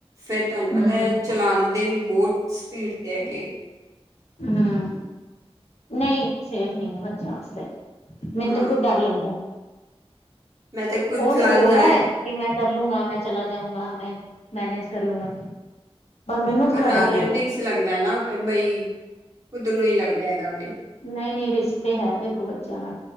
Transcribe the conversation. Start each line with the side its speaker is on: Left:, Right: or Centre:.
Right: ਫੇਰ ਤੁਹਾਨੂੰ ਪਤਾ
Left: ਹੂੰ
Right: ਚਲਾਉਣਦੇ ਵੀ ਬਹੁਤ ਸਪੀਡ ਤੇ ਹੈਗੇ
Left: ਹਮ ਨਹੀਂ ਸੇਫ ਨਹੀਂ ਹੈ ਬੱਚਿਆਂ ਵਾਤੇ ਮੈਨੂੰ
Right: ਹਾਂ
Left: ਤਾਂ ਖੁਦ ਡਰ ਲੱਗਦਾ
Right: ਮੈਂ ਤਾਂ ਖੁਦ
Left: ਉਹ
Right: ਚਲਾ
Left: ਤੇ ਬੋਲਦਾ
Right: ਜਾ
Left: ਹੈ ਕਿ ਮੈਂ ਕਰ ਲਗਾ ਮੈਂ ਚਲਾ ਜਾਊਂਗਾ ਮੈਂ ਮੈਨੇਜ ਕਰ ਲੂੰਗਾ ਮੈਨੂੰ ਥੋੜਾ
Right: ਪਰ
Left: ਡਰ ਲੱਗਦਾ।
Right: ਰਿਕਸ ਲੱਗਦਾ ਹੈ ਨਾ ਫ ਬਈ ਕੁਦ ਨੂੰ ਹੀ ਲੱਗਦਾ ਹੈਗਾ ਵੇ
Left: ਨਹੀਂ ਨਹੀਂ ਰਿਸਕ ਤੇ ਹੈ ਦੇਖੋ ਬੱਚਿਆਂ ਦਾ